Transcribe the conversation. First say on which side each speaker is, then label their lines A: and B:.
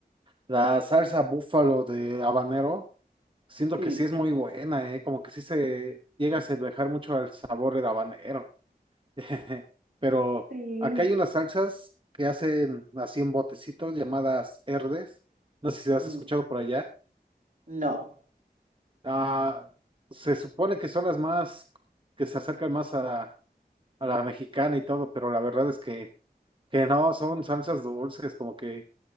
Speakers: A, on the right; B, on the right.
A: la salsa búfalo de habanero. Siento
B: Sí,
A: que sí es muy buena, ¿eh? Como que sí se llega a asemejar mucho al sabor del habanero. <laughs> Pero
B: sí.
A: acá hay unas salsas que hacen así en botecitos llamadas herdes. No sé si las
B: Mm,
A: has escuchado por allá.
B: no.
A: Ah, se supone que son las más, que se acercan más a, a la mexicana y todo, pero la verdad es que, que no, son salsas dulces, como que,